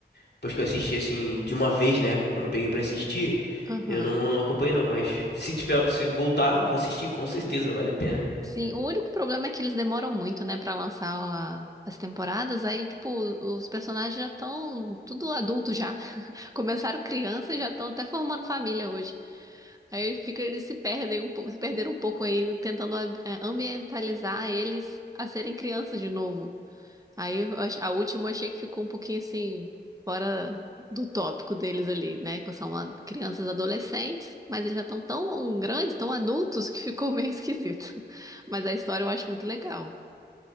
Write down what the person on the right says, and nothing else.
Aham.
Sim, o único problema é que eles demoram muito, né, pra lançar a- as temporadas. Aí, tipo, os personagens já estão tudo adulto já. <laughs> Começaram criança e já estão até formando família hoje. Aí fica, eles se perdem um pouco, se perderam um pouco aí, tentando é, ambientalizar eles a serem crianças de novo. Aí eu ach- a última eu achei que ficou um pouquinho assim, fora do tópico deles ali, né? Que são a- crianças adolescentes, mas eles já estão tão grandes, tão adultos, que ficou meio esquisito. <laughs> Mas a história eu acho muito legal.